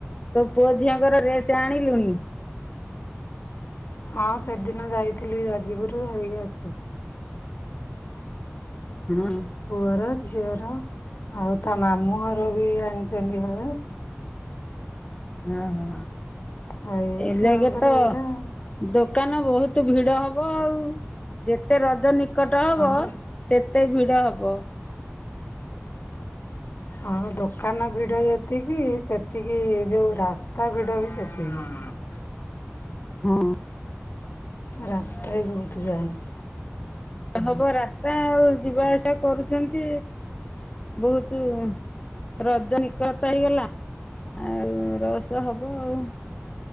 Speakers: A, on the left; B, on the left.
A: ତୋ ପୁଅ ଝିଅଙ୍କର ଡ୍ରେସ ଆଣିଲୁଣି?
B: ହଁ ସେଦିନ ଯାଇଥିଲି ଜାଜପୁରୁ ଧରିକି ଆସିଛି।
A: ହଁ।
B: ପୁଅର ଝିଅର ଆଉ ତା ମାମୁଁ ଘର ବି ଆଣିଛନ୍ତି ହଳେ।
A: ଓହୋ
B: ଆଉ ଏ
A: ଏଲେଗ
B: ଛୁଆଙ୍କର
A: ତ
B: ଏଇରା ଆଉ।
A: ଦୋକାନ ବହୁତ ଭିଡ ହବ ଆଉ ଯେତେ ରଜ ନିକଟ ହବ।
B: ହଁ
A: ସେତେ ଭିଡ଼ ହବ।
B: ହଁ ଦୋକାନ ଭିଡ଼ ଯେତିକି ସେତିକି ଯେଉଁ ରାସ୍ତା ଭିଡ଼ ବି ସେତିକି। ହଁ।
A: ହଁ।
B: ରାସ୍ତା
A: ଆଉ
B: ବି ବହୁତ ଯାଏମେ
A: ହେବ ରାସ୍ତା ଆଉ ଯିବା ଆସିବା କରୁଛନ୍ତି। ବହୁତ ରଜ ନିକଟତ ହେଇଗଲା। ଆଉ ରସ ହବ ଆଉ।